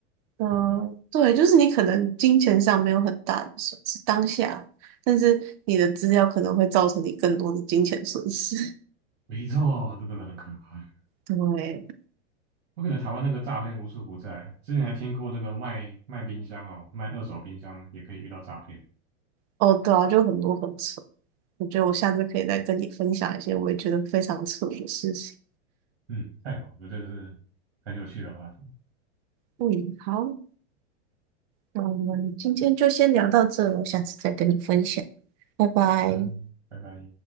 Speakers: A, on the right; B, on the right.
A: 嗯，
B: 对不对？
A: 对，就是你可能金钱上没有很大的损失，当下，但是你的资料可能会造成你更多的金钱损失，
B: 没错，这真的很可怕。
A: <laughs> 对，
B: 我感觉台湾那个诈骗无处不在，之前还听过那个卖卖冰箱哦，卖二手冰箱也可以遇到诈骗。
A: 哦，对啊，就很多很扯。我觉得我下次可以再跟你分享一些我也觉得非常扯的事情。
B: 嗯，太好了，这个是很有趣的话题。
A: 嗯，好，那我们今天就先聊到这了我下次再跟你分享，拜拜。
B: 嗯，拜拜。